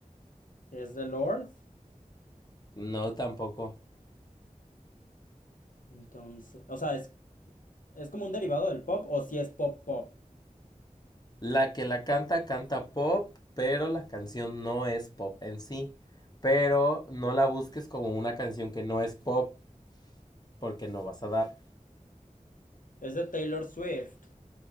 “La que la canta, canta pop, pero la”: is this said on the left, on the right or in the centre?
Left